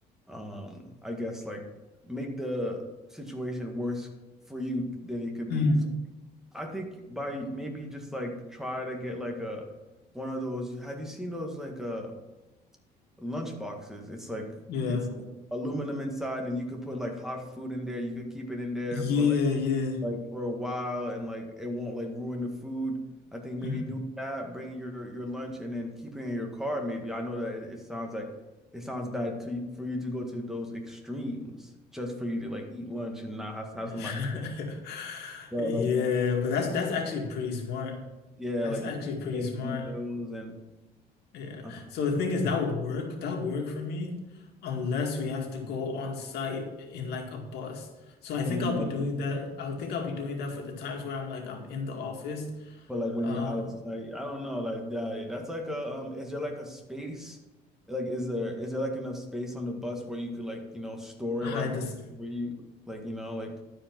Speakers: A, in the centre; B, on the left.
A: um I guess like make the situation worse for you than it could be.
B: Mm,
A: So I think by maybe just like try to get like a one of those. Have you seen those like uh lunch boxes? It's like
B: yeah,
A: it's aluminum inside, and you could put like hot food in there. You could keep it in there
B: yeah,
A: for like
B: yeah.
A: like for a while, and like it won't like ruin the food. I think maybe
B: Mm.
A: doing that, bringing your your lunch, and then keeping it in your car. Maybe I know that it, it sounds like it sounds bad to for you to go to those extremes just for you to like eat lunch and not have,
B: <laughs>
A: have somebody. But
B: Yeah,
A: like
B: but that's that's actually pretty smart.
A: Yeah,
B: That's
A: like
B: actually pretty
A: getting
B: smart.
A: one of those and
B: Yeah.
A: uh,
B: So the thing is, that would work. That would work for me unless we have to go on site in like a bus. So I think
A: and then
B: I'll be
A: like
B: doing that. I think I'll be doing that for the times where I'm like I'm in the office.
A: but like when
B: Uh,
A: you're out of sight, I don't know, like that that's like a um is there like a space? Like is there is there like enough space on the bus where you could like, you know, store
B: hide
A: it or like
B: this.
A: where you like, you know, like